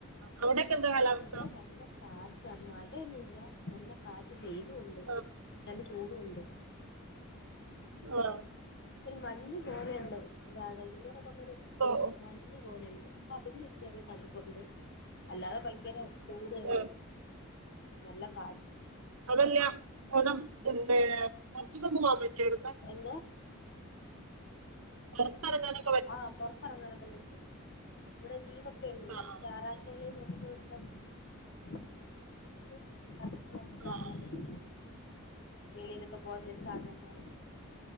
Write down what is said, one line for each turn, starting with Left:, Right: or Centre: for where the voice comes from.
Right: അവിടെക്കെ എന്താ കാലാവസ്ഥ
Left: ഇവിടെ നല്ല കാറ്റാ മഴയൊന്നുല്ല നല്ല കാറ്റും വെയിലും ഉണ്ട്
Right: ആ,
Left: നല്ല ചൂടും ഉണ്ട്
Right: ആ
Left: ഒരു മഞ്ഞ് പോലെയുണ്ട് രാ വൈകുന്നേരം <unintelligible> മ്മല്
Right: ഓ
Left: ഏഹ്
Right: ഓ
Left: മഞ്ഞു പോലെണ്ട് അപ്പ അതിന്റെ ഒരു ചെറിയ തണുപ്പുണ്ട് അല്ലാതെ ഭയ്ങ്കെര ചൂട് തന്നെ
Right: ആഹ്
Left: നല്ല കാ
Right: അതല്ലാ ഓണം ഏഹ് പാെർത്ത്ക്കൊക്കെ പോവാം പറ്റോവ്ട്ന്ന്
Left: എന്താ
Right: പാെറെത്തെറ്ങ്ങാന്
Left: ആഹ് പാെറ്ത്തെറങ്ങാനൊക്കെ പറ്റും വെടെ ലീവൊക്കെ ഇണ്ട് ഞാൻ
Right: ആഹ്
Left: ചാറാഴ്ച്ചകളിൽ നമുക്ക് ഇവിടെ <unintelligible> മിസ്സിനോട് ചോദിച്ചിട്ട് പെർമിഷൻ വാങ്ങിച്ചിട്ട്
Right: ആഹ്
Left: എറങ്ങാം
Right: ആഹ്
Left: പറ്റും വെളിയിലൊക്കെ പോകാൻ എന്തേലും സാധനങ്ങളൊ